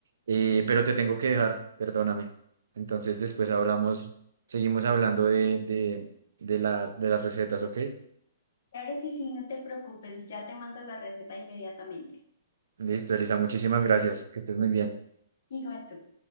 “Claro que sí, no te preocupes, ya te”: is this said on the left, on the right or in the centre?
Left